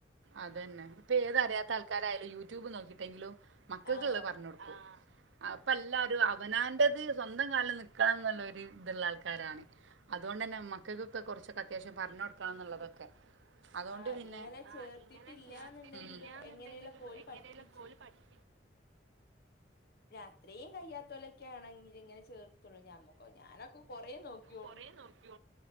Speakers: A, on the right (about 80°); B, on the left (about 55°).
A: അതന്നെ, ഇപ്പേ ഏത് അറിയാത്തൾക്കാരായാലും യൂറ്റൂബ് നോക്കിട്ടെങ്കിലും മക്കക്ക്ള്ളത്
B: ആഹ്
A: പറഞ്ഞൊട്ക്കും. അപ്പ ല്ലാരു, അവനാന്റത് സ്വന്തം കാല്ൽ നിക്കാന്ന്ള്ളൊര് ഇത്ള്ളാൾക്കാരാണ്. അതുകൊണ്ടെന്നെ മക്കക്ക്ക്കെ കൊറ്ച്ചൊക്കത്യാവ്ശ്യം പറഞ്ഞൊട്ക്കണംന്ന്ള്ളതൊക്കെ, അതോണ്ട്
B: ആഹ്
A: പിന്നെ
B: ഇങ്ങനെ
A: ആഹ്
B: ചേർത്തിട്ടില്ലാന്നുണ്ടെങ്കിലും
A: ഇങ്ങനെ ചേർ ത്തീട്ടില്ല്യാന്ന്ണ്ടെങ്കിലും
B: എങ്ങനെലൊക്കെ ഓല്
A: എങ്ങനേലൊക്കെ
B: പഠിപ്പിച്ചും
A: ഓല് പഠ്പി
B: പിന്നത്രീം കയ്യാത്തോലൊക്കേണെങ്കില് ങ്ങനെ ചേർത്തൊള്ളൂ. ഞമ്മക്കോ ഞാനൊക്കെ കൊറേ നോക്ക്യോ
A: കൊറെ നോക്കി